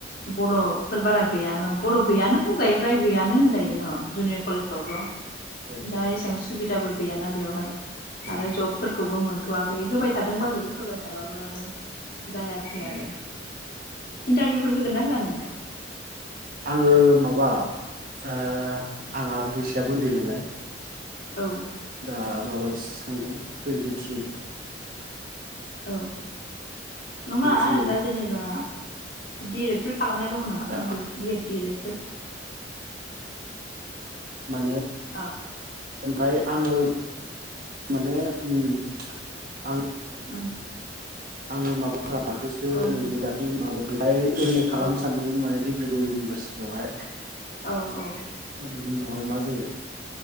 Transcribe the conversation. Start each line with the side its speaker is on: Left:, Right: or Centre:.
Left: बर'फोर बारा गैया बर' गैयानो बुंजायो फ्राय गैयानो होनजायो न' जुनियर कलेजफ्रावथ'
Right: औ
Left: दा एसां सुबिदाबो गैयाना बेवहाय आरो
Right: औ
Left: जबफोरखौ खौबो मोनथ'वाखै होबाय थादों बारु होबाय थाबाबो आरो जायाखै आरो
Right: औ
Left: इन्टारभिउ होगोन ना होआ नोंलाय
Right: आङो माबा ओ ओ आंहा बैसोआबो उन्दै नालाय
Left: औ
Right: ओ माबारलसो थांदों टुइन्टिथ्रि
Left: औ नङा
Right: टुइन्टिथ्रि
Left: दा जेनेबा दि ए लेड फोर खालामनाय दङ नामा
Right: दा
Left: नों गैया बि एड दि ए लेड फोर
Right: माने
Left: औ
Right: ओमफाय आङो माने उम आं
Left: उम
Right: आङो माबा <unintelligible> दाख्लैसो
Left: औ
Right: नैबे
Left: बुं
Right: दाख्लैनि माबा फ्राय एम ए खालामनो
Left: औ
Right: सानदोंमोन माने दिफ <unintelligible> इउनिभारसिटियाव हाय
Left: औ औ
Right: बेनि उनाव हाय मा जायो।